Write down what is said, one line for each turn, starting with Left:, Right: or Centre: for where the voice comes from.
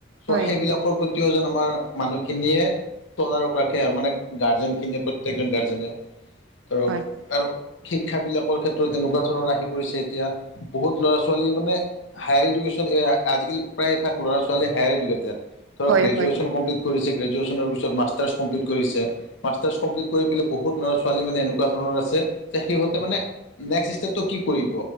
Left: চ'
Right: হয় হয়
Left: সেইবিলাকৰ প্ৰতিও যেন আমাৰ মানুহখিনিয়ে তদাৰক ৰাখে আৰু মানে গাৰ্জেন খিনিয়ে প্ৰত্যেকজন গাৰৰ্জেনে ধৰক
Right: হয়
Left: আৰু শিক্ষা বিলাকৰ ক্ষেত্ৰত এনেকুৱা ধৰণৰ আহি পৰিছে এতিয়া বহুত ল'ৰা ছোৱালীয়ে মানে হায়াৰ এডুকেশ্যন আজিকালি প্ৰায়ভাগ ল'ৰা ছোৱালী হায়াৰ এডুকেটেড। ধৰক
Right: হয়
Left: গ্ৰেজুৱেচন
Right: হয় হয় হয় হয় হয়
Left: কমপ্লিট কৰিছে গ্ৰেজুৱেচনৰ পিছত মাষ্টাৰ্ছ কমপ্লিট কৰিছে মাষ্টাৰ্ছ কমপ্লিট কৰি পেলাই বহুত ল'ৰা ছোৱালী মানে এনেকুৱা ধৰণৰ আছে যে সিহঁতে মানে নেক্সট ষ্টেপটো কি কৰিব।